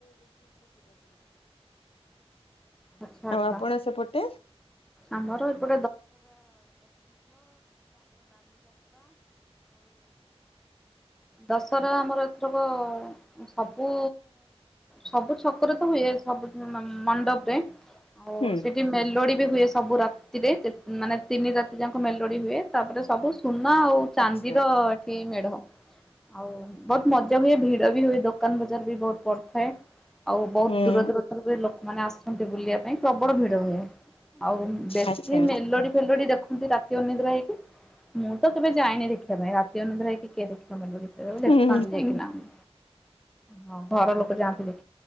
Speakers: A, in the centre; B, on the left (about 60°).
A: ଆଚ୍ଛା
B: ଆଉ
A: ଆଚ୍ଛା।
B: ଆପଣ ସେପଟେ?
A: ଆମର ଆଉ
B: <inaudible>
A: ଦଶହରା ଆମର ଏଥରକ ସବୁ, ସବୁ ଛକରେ ତ ହୁଏ । ସବୁ ମ -ମଣ୍ଡପ୍ ରେ ଆଉ
B: ହୁଁ।
A: ସେଠି ମେଲୋଡି ବି ହୁଏ । ରାତିରେ ମାନେ, ତିନି ରାତି ଯାକ ପୁରା ସୁନା ଆଉ ଚାନ୍ଦିର
B: ଆଚ୍ଛା।
A: ଏଠି ମେଢ ଆଉ ବହୁତ୍ ମଜା ହୁଏ । ଭିଡ ବି ହୁଏ । ଦୋକାନ୍ ବଜାର ବି ବହୁତ୍ ପଡ଼ିଥାଏ । ଆଉ ବହୁତ୍
B: ହୁଁ।
A: ଦୁର ଦୁରତାରୁ ବି ଲୋକମାନେ ଆସନ୍ତି ବୁଲିବା ପାଇଁ ପ୍ରବଳ ଭିଡ ହୁଏ। ଆଉ ବେଶୀ
B: ଆଚ୍ଛା
A: ମେଲୋଡି ଫେଲୋଡି ଦେଖନ୍ତି ରାତି ଅନିଦ୍ରା ହେଇକି ମୁଁ ତ କେବେ ଯାଇନି ଦେଖିବା ପାଇଁ ରାତି ରାତି ଅନିଦ୍ରା ହେଇକି କିଏ ଦେଖିବ ମେଲୋଡି ସେ ଆକୁ
B: ହୁଁ।
A: ଦେଖନ୍ତି ଯାଇକି ନା । ହଁ ଘର ଲୋକ ଯାନ୍ତି ଦେଖି